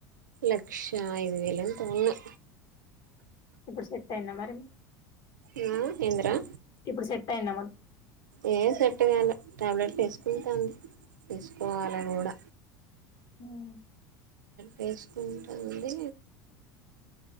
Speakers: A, on the right; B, on the left.
A: లక్ష ఐదు వేలు ఎంతో ఉన్నాయ్
B: ఇప్పుడు సెట్ అయింద మరి
A: ఆ ఏందిరా
B: ఇప్పుడు సెట్ అయింద మొత్తం
A: ఏం సెట్టుగాలే టాబ్లెట్లు వేసుకుంటాన వేసుకోవాలి అవి గూడ
B: హుమ్
A: వేసుకుంటంది